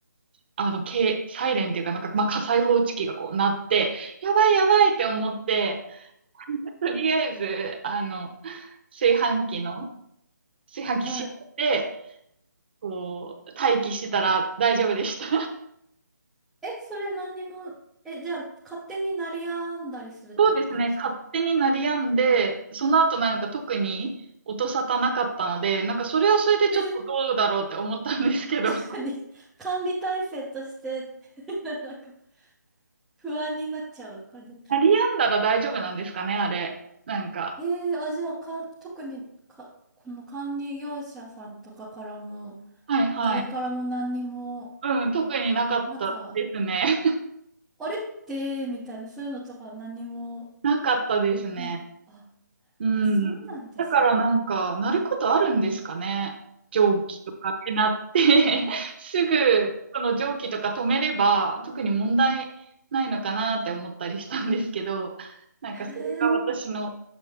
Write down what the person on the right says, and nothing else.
あの、け、サイレンっていうかなんか、まあ、火災報知器がこう鳴って、やばいやばいって思って、とりあえず、あの、炊飯器の、炊飯器閉めて、
こう、待機してたら大丈夫でした。
そうですね。勝手に鳴り止んで、その後なんか特に音沙汰なかったので、なんかそれはそれでちょっとどうだろうって思ったんですけど、
<laughs>
鳴り止んだら大丈夫なんですかね、あれ。なんか。
はいはい。
うん、特になかったですね。
<laughs> なかったですね。
うん。
だからなんか、なることあるんですかね。蒸気とかってなって <laughs> すぐ、この蒸気とか止めれば、特に問題ないのかなって思ったりしたんですけど、なんかそれが私の、